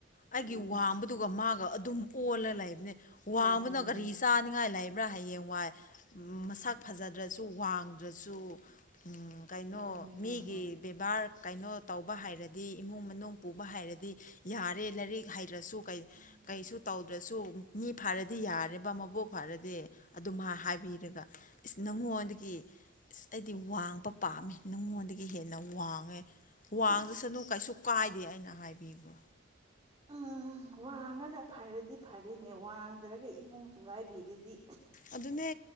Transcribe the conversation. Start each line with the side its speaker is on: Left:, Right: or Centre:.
Left: ꯑꯩꯒꯤ
Right: ꯎꯝ
Left: ꯋꯥꯡꯕꯗꯨꯒ ꯃꯥꯒ ꯑꯗꯨꯝ ꯑꯣꯜꯂ ꯂꯩꯕꯅ‌ꯦ
Right: ꯑꯧ
Left: ꯋꯥꯡꯕꯅ
Right: ꯎꯝ
Left: ꯀꯔꯤ ꯆꯥꯅꯤꯡꯉꯥꯏ ꯂꯩ ꯕ꯭ꯔꯥ ꯍꯌꯦꯡ ꯋꯥꯏ ꯃꯁꯛ ꯐꯖꯗ꯭ꯔꯁꯨ ꯋꯥꯡꯗ꯭ꯔꯁꯨ ꯎꯝ ꯀꯩꯅꯣ
Right: ꯑꯗꯨꯅꯦ ꯍꯣꯏ
Left: ꯃꯤꯒꯤ
Right: ꯍꯣꯏ
Left: ꯕ‌ꯦꯕ ꯕꯥꯔ ꯀꯩꯅꯣ ꯇꯧꯕ ꯍꯩꯔꯗꯤ ꯏꯃꯨꯡ ꯃꯅꯨꯡ ꯄꯨꯕ ꯍꯩꯔꯗꯤ ꯌꯥꯔꯦ ꯂꯥꯏꯔꯤꯛ ꯍꯩꯔꯁꯨ ꯀꯩ
Right: ꯎꯝ
Left: ꯀꯩꯁꯨ ꯇꯧꯗ꯭ꯔꯁꯨ ꯃꯤ ꯐꯔꯗꯤ ꯌꯥꯔꯦꯕ ꯃꯕꯨꯛ ꯐꯔꯗꯤ ꯑꯗꯨ
Right: ꯎꯝ
Left: ꯝꯥ ꯍꯥꯏꯕꯤꯔꯒ
Right: ꯎꯝ
Left: ꯏꯁ ꯅꯪꯉꯣꯟꯗꯒꯤ ꯏꯁ ꯑꯩꯗꯤ ꯋꯥꯡꯄ ꯄꯥꯝꯃꯦ ꯅꯪꯉꯣꯟꯗꯒꯤ ꯍꯦꯟꯅ ꯋꯥꯡꯉꯦ ꯋꯥꯡꯗꯁꯅꯨ
Right: ꯏꯁ
Left: ꯀꯩꯁꯨ ꯀꯥꯏꯗꯦ ꯑꯩꯅ ꯍꯥꯏꯕꯤꯕ
Right: ꯎꯝ ꯋꯥꯡꯉꯒ ꯐꯔꯗꯤ ꯐꯔꯦꯅꯦ ꯋꯥꯡꯗ꯭ꯔꯒ ꯏꯃꯨꯡ ꯊꯨꯒꯥꯏꯕꯤꯔꯗꯤ
Left: ꯑꯗꯨꯅꯦ